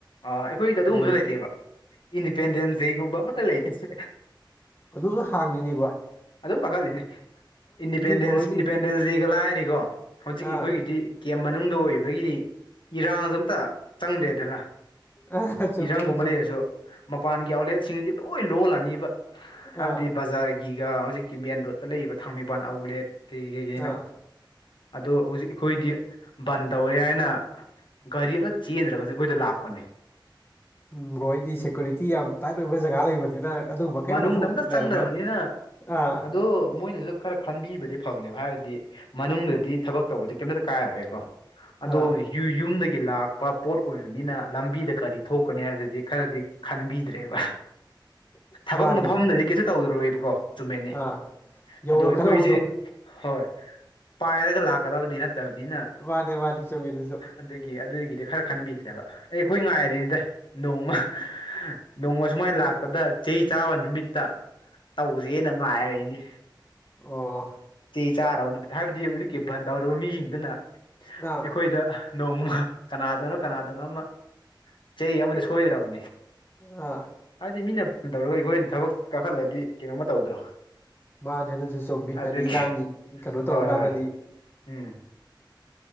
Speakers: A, on the left (about 70°); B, on the left (about 25°).
A: ꯑꯥ ꯑꯩꯈꯣꯏꯒꯤꯗꯤ ꯑꯗꯨꯒꯨꯝꯕꯁꯨ
B: ꯑꯗꯨꯝ
A: ꯂꯩꯇꯦꯕ ꯏꯟꯗꯤꯄꯦꯟꯗꯦꯟꯁ ꯗꯦꯒꯨꯝꯕ ꯑꯃꯠꯇ ꯂꯩꯇꯁꯦ
B: ꯑꯗꯨꯁꯨ ꯍꯥꯡꯅꯤꯅꯦꯕ
A: ꯑꯗꯨꯝ ꯄꯀꯥꯂꯅꯦ ꯏꯟꯗꯤꯄꯦꯟꯗꯦꯟꯁ
B: ꯕ꯭ꯔꯣ ꯍꯣꯏꯗꯤ
A: ꯏꯟꯗꯤꯄꯦꯟꯗꯦꯟꯁ ꯗꯦꯒ ꯂꯥꯏꯔꯤꯀꯣ ꯍꯧꯖꯤꯛ
B: ꯑꯥ
A: ꯑꯩꯈꯣꯏꯒꯤꯗꯤ ꯀꯦꯝ ꯃꯅꯨꯡꯗ ꯑꯣꯏꯕꯒꯤ ꯏꯔꯥꯡꯁ ꯑꯝꯇ ꯆꯪꯗ꯭ꯔꯦꯗꯅ
B: ꯑꯥ ꯆꯨꯝꯃꯤ
A: ꯏꯔꯪꯒꯨꯝꯕ
B: ꯑꯗꯨꯁꯨ
A: ꯂꯩꯔꯁꯨ ꯃꯄꯥꯟꯒꯤ ꯑꯥꯎꯠꯂꯦꯠꯁꯤꯡꯗꯤ ꯂꯣꯏ ꯂꯣꯏ ꯂꯣꯜꯂꯅꯤꯕ ꯍꯥꯏꯕꯗꯤ
B: ꯑꯥ
A: ꯕꯖꯥꯔꯒꯤꯒ ꯍꯧꯖꯤꯛꯀꯤ ꯃꯦꯟ ꯔꯣꯠꯇ ꯂꯩꯔꯤꯕ ꯊꯥꯡꯃꯩꯕꯥꯟ ꯑꯥꯎꯠꯂꯦꯠ ꯀꯩꯒꯤ ꯀꯦꯒꯤꯅꯣ
B: ꯑꯥ
A: ꯑꯗꯣ ꯍꯧꯖꯤꯛ ꯑꯩꯈꯣꯏꯗꯤ ꯕꯟ ꯇꯧꯔꯦ ꯍꯥꯏꯅ ꯒꯥꯔꯤ ꯑꯃꯝꯇ ꯆꯦꯟꯗ꯭ꯔꯒꯁꯨ ꯑꯩꯈꯣꯏꯗ ꯂꯥꯛꯄ ꯄꯅꯤ
B: ꯎꯝ ꯔꯣꯏ ꯑꯩꯗꯤ ꯁꯦꯀ꯭ꯌꯨꯔꯤꯇꯤ ꯌꯥꯝ ꯇꯥꯏꯠ ꯑꯣꯏꯕ ꯖꯒꯥ ꯂꯩꯕꯅꯤꯅ ꯑꯗꯨꯝꯕ ꯀꯔꯤꯝ
A: ꯃꯅꯨꯡꯗ
B: ꯃꯊꯧ
A: ꯑꯃꯝꯇ
B: ꯂꯩꯔꯝꯃꯔꯣꯏ
A: ꯆꯪꯗ꯭ꯔꯕꯅꯤꯅ
B: ꯑꯥ
A: ꯑꯗꯨꯗ ꯃꯣꯏꯅꯁꯨ ꯈꯔ ꯈꯟꯕꯤꯕꯗꯤ ꯐꯕꯅꯦꯕ ꯍꯥꯏꯔꯗꯤ ꯃꯅꯨꯡꯗꯗꯤ ꯊꯕꯛ ꯇꯧꯕꯗꯤ ꯀ ꯀꯥꯏꯔꯦꯀꯣ ꯑꯣ
B: ꯑꯥ
A: ꯌ ꯒꯤ ꯂꯥꯛꯄ ꯄꯣꯠ ꯑꯣꯏꯕꯅꯤꯅ ꯂꯝꯕꯤꯗ ꯀꯔꯤ ꯊꯣꯛꯀꯅꯤ ꯍꯥꯏꯕꯁꯤꯗꯤ ꯈꯔꯗꯤ ꯈꯟꯕꯤꯗ꯭ꯔꯦꯕ
B: <inaudible>
A: ꯊꯕꯛ
B: ꯃꯥꯅꯤꯅꯦ
A: ꯃꯐꯝꯗꯗꯤ ꯀꯩꯁꯨ ꯇꯧꯗꯔꯣꯏꯕꯀꯣ ꯆꯨꯝꯃꯦꯅꯤ
B: ꯑꯥ ꯌꯧꯔꯛꯀꯗꯧꯕꯗꯣ
A: ꯑꯗꯣ ꯑꯩꯈꯣꯏꯁꯦ ꯍꯣꯏ ꯄꯥꯏꯔꯒ ꯂꯥꯛꯀꯗꯕꯗꯤ ꯅꯠꯇꯦ ꯐꯠꯇꯕꯅꯤꯅ
B: ꯃꯥꯅꯦ ꯃꯥꯅꯦ ꯆꯨꯝꯃꯤ ꯑꯗꯨꯁꯨ
A: ꯑꯗꯒꯤ ꯑꯗꯨꯒꯤ ꯈꯔ ꯈꯟꯕꯤꯗ꯭ꯔꯦꯕ ꯑꯦ ꯑꯩꯈꯣꯏ ꯉꯥꯏꯔꯤꯅꯤꯗ ꯅꯣꯡꯃ ꯅꯣꯡꯃ ꯁꯨꯃꯥꯏꯅ ꯂꯥꯛꯄꯗ ꯆꯍꯤ ꯆꯥꯕ ꯅꯨꯃꯤꯠꯇ ꯇꯧꯁꯦꯅ ꯉꯥꯏꯔꯤꯅꯦ
B: ꯑꯣ
A: ꯆꯦ ꯆꯥꯔꯕ ꯅꯨꯃꯤꯠꯇ ꯍꯥꯏꯕꯗꯤ ꯍꯧꯖꯤꯛꯀꯤ ꯕꯟ ꯇꯧꯔꯤꯕ ꯃꯤꯁꯤꯡꯗꯨꯅ
B: ꯑꯥ
A: ꯑꯩꯈꯣꯏꯗ ꯅꯣꯡꯃ ꯀꯅꯥꯗꯅꯣ ꯀꯅꯥꯗꯅꯣ ꯑꯃ ꯆꯩ ꯑꯃ ꯁꯣꯏꯗ꯭ꯔꯕꯅꯤ
B: ꯑꯥ
A: ꯍꯥꯏꯕꯗꯤ ꯃꯤꯅ ꯐꯣꯟ ꯇꯧꯔꯒ ꯑꯩꯈꯣꯏꯅ ꯊꯕꯛ ꯀꯥꯈꯠꯂꯗꯤ ꯀꯩꯅꯣꯝꯃ ꯇꯧꯗ꯭ꯔꯣ
B: ꯃꯥꯅꯦ ꯑꯗꯨꯁꯨ ꯆꯨꯝꯃꯤ
A: ꯑꯗꯨꯒꯤ
B: ꯍꯥꯏꯗꯤ ꯏꯔꯥꯡꯒꯤ ꯀꯩꯅꯣ ꯇꯧꯔꯨ
A: ꯍꯣꯏ
B: ꯀꯥꯟꯗꯗꯤ
A: ꯍꯣꯏ ꯎꯝ